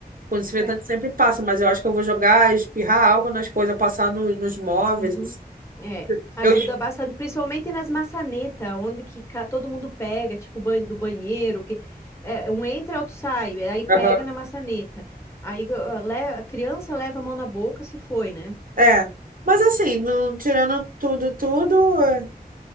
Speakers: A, on the right; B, on the left.
A: O desinfetante
B: É.
A: sempre passa, mas eu acho que eu vou jogar, espirrar álcool nas coisas, passar no- nos móveis.
B: Uhum.
A: assim.
B: É. Ajuda
A: Eu,
B: bastante, principalmente nas maçanetas, onde que ca- todo mundo pega, tipo ban- do banheiro, que é, um entra, outro sai, aí pega
A: Aham.
B: na maçaneta. Aí uh, le- a criança leva a mão na boca se foi, né?
A: É, mas assim, não, tirando tudo, tudo, eh,